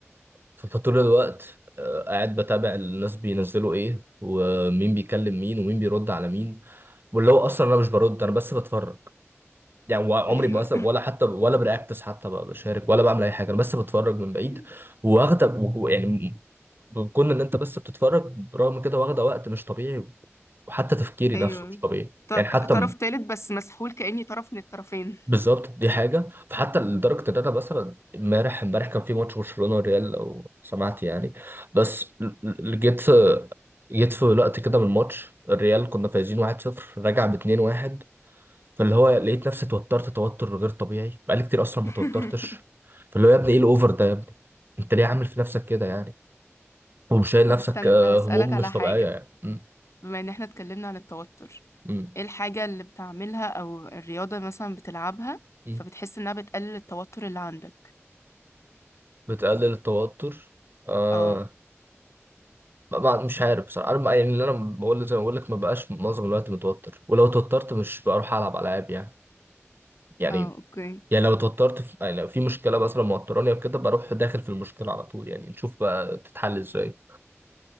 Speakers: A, on the right; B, on the left.
A: فطول الوقت آه، قاعد بتابع الناس بينزلوا ايه ومين بيكلم مين ومين بيرد على مين واللي هو اصلا انا مش برد انا بس بتفرج يعني و- عمري
B: ايوه
A: ما مثلا ولا حتى ولا برياكتس حتى ب- بشارك ولا بعمل اي حاجه انا بس بتفرج من بعيد
B: <laughs>
A: واخده و- يعني كون ان انت بس بتتفرج برغم كده واخده وقت مش طبيعي وحتى تفكيري
B: ايوه
A: نفسه مش طبيعي
B: طر...
A: يعني
B: طرف
A: حتى
B: تالت بس مسحول كاني طرف من الطرفين
A: بالظبط دي حاجة فحتى لدرجة إن أنا مثلا امبارح امبارح كان في ماتش برشلونة والريال لو سمعت يعني بس ل- ل- جيت جيت في وقت كده من الماتش الريال كنا فايزين 1-0 راجع ب 2-1 فاللي هو لقيت نفسي اتوترت توتر غير طبيعي بقالي كتير أصلا
B: <laughs>
A: ما توترتش فاللي هو يا ابني إيه الأوفر ده يا ابني أنت ليه عامل في نفسك كده يعني ومش شايل
B: طب
A: نفسك
B: استنى
A: آه،
B: هسألك
A: هموم
B: على
A: مش
B: حاجة
A: طبيعية يعني م-
B: بما ان احنا اتكلمنا عن التوتر
A: م-
B: ايه الحاجة اللي بتعملها او الرياضة مثلا بتلعبها
A: م.
B: فبتحس انها بتقلل التوتر اللي عندك
A: بتقلل التوتر آه،
B: اه
A: ما ما- مش عارف بصراحه انا ما- يعني اللي انا بقول زي ما بقول لك ما بقاش معظم الوقت متوتر ولو توترت مش بروح العب العاب يعني يعني
B: اه اوكي
A: يعني لو توترت في يعني لو في مشكله مثلا موتراني او كده بروح داخل في المشكله على طول يعني نشوف بقى تتحل ازاي